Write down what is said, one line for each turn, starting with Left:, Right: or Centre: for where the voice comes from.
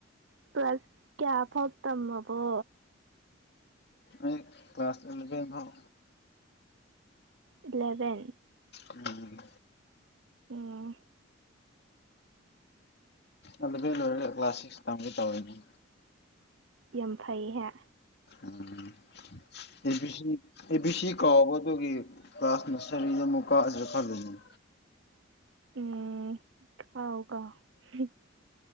Right: ꯄ꯭ꯂꯁ ꯀꯌꯥ ꯐꯥꯎ ꯇꯃꯕꯣ
Left: ꯑꯩ ꯀ꯭ꯂꯥꯁ ꯏꯂꯚꯦꯟ ꯕꯥꯎ
Right: ꯏꯂꯚꯦꯟ
Left: ꯎꯝ
Right: ꯎꯪ
Left: ꯑꯂꯚꯦꯟ ꯂꯣꯏꯔꯒ ꯀ꯭ꯂꯥꯁ ꯁꯤꯛꯁ ꯇꯝꯒꯦ ꯇꯧꯔꯤꯅꯤ
Right: ꯌꯥꯝ ꯐꯩꯍꯦ
Left: ꯎꯝ ꯑꯦꯕꯤ ꯁꯤ ꯑꯦꯕꯤ ꯁꯤ ꯀꯥꯎꯕ ꯗꯨꯒꯤ ꯀ꯭ꯂꯥꯁ ꯅꯁꯔꯤꯗ ꯃꯨꯛ ꯀꯥꯖꯤꯔꯥ ꯈꯜꯂꯤꯅꯤ
Right: ꯎꯝ ꯀꯥꯎ ꯀꯥꯎ ꯍꯨꯝ